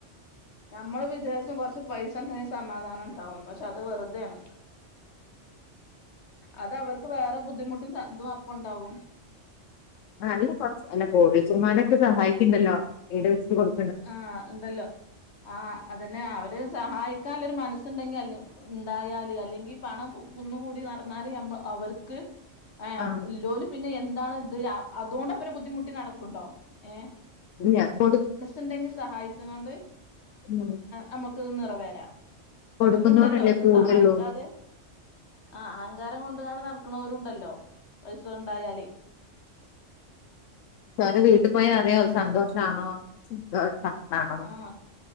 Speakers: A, on the left; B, on the left.
A: നമ്മള് വിചാരിച്ചും കുറച്ച് പൈസ ഉണ്ടെങ്കിൽ സമാധാനം ഉണ്ടാവുന്നു പക്ഷെ അത് വെറുതെയാണ് അത് അവർക്ക് വേറെ ബുദ്ധിമുട്ടും സ തും അപ്പ ഉണ്ടാവും.
B: ആഹ് അല്ല കൊർച്ച് അല്ല കോടീശരമാരൊക്കെ സഹായിക്ക്ണ്ടല്ലോ വീട് വെച്ചി കൊടു
A: ആഹ് ഉണ്ടല്ലോ ആ അതെന്നെ അവര് സഹായിക്കാളെ ഒരു മനസ്സുണ്ടെങ്കിൽ അല്ല ഉണ്ടായാല് അല്ലെങ്കിൽ പണം കു കുന്നുകൂടി നടന്നാൽ നമ്മ അവർ ക്ക് ഏ
B: ആഹ്
A: ഇല്ലോല് പിന്നെ എന്താണ് ഇത് അ അതുകൊണ്ട് അവരെ ബുദ്ധിമുട്ടി നടക്കുണ്ടാവും. ഏ
B: ഞാ കൊടു
A: ണ്ടെങ്കി സഹായിച്ച് കൊണ്ട്
B: ഉം
A: നമുക്ക് നിറവേരാ ചെലൊൽ
B: കൊടുക്കുന്നോരല്ലേ
A: ഉണ്ടല്ലോ ഇത്
B: കൂടുള്ളൂ
A: സഹായിക്കാതെ ആഹ് അഹങ്കാരം കൊണ്ട് കാണ്ട് നടക്കണവരുണ്ടല്ലോ പൈസ ഉണ്ടായാല്
B: ഒരെ വീട്ടിൽ പോയ അറിയാ സന്തോഷാണോ സങ്കടാണോന്ന്
A: ആഹ്